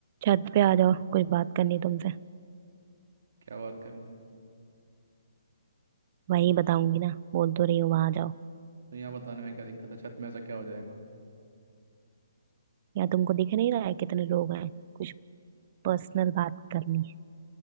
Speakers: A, on the right (about 35°); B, on the right (about 60°).
A: छत पे आ जाओ कुछ बात करनी है तुमसे
B: क्या बात करनी है
A: वही बताऊंगी ना बोल तो रही हो वहां जाओ
B: तो यहाँ बताने में क्या दिक्कत है छत में ऐसा क्या हो जाएगा
A: यहाँ तुमको दिख नहीं रहा है कितने लोग हैं कुछ पर्सनल बात करनी